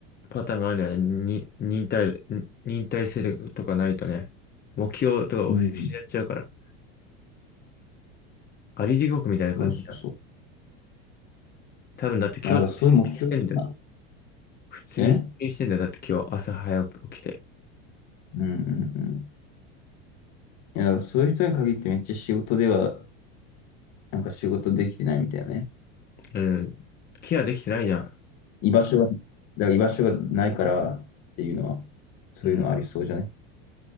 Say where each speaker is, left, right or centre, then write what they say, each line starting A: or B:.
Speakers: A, on the left (about 30°); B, on the left (about 55°).
A: パターンがあるんだよね。に、忍耐、に忍耐性とかないとね、目標とかを失っちゃうから、
B: うん
A: あり地獄みたいな感じだ。
B: そうそうそう。
A: 多分だって今日とか出勤してんだよ。
B: まあなんかそういう目標が、
A: 普通に出勤してんだよ。
B: えうん
A: だって今日朝早く起きて。
B: うんうん。いや、そういう人に限ってめっちゃ仕事では、なんか仕事できてないみたいなね。
A: うん。ケアできてないじゃん。
B: 居場所が、だから居場所がないからっていうのは、そういうのありそうじゃね。
A: うん。